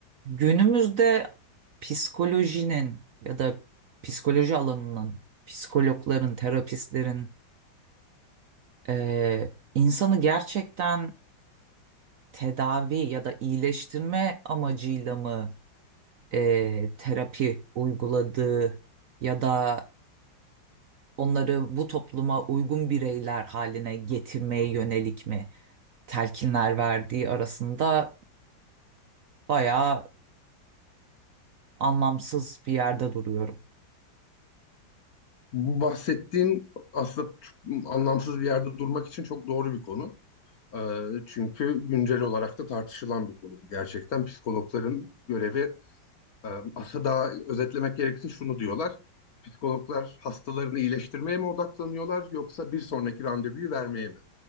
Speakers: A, on the right; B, on the left.
A: Günümüzde psikolojinin ya da psikoloji alanının, psikologların, terapistlerin eee, insanı gerçekten tedavi ya da iyileştirme amacıyla mı eee, terapi uyguladığı ya da onları bu topluma uygun bireyler haline getirmeye yönelik mi telkinler verdiği arasında bayağı anlamsız bir yerde duruyorum.
B: Bu bahsettiğin aslında ç- anlamsız bir yerde durmak için çok doğru bir konu. Ee, çünkü güncel olarak da tartışılan bir konu bu. Gerçekten psikologların görevi e, aslında daha özetlemek gerekirse şunu diyorlar. Psikologlar hastalarını iyileştirmeye mi odaklanıyorlar yoksa bir sonraki randevuyu vermeye mi?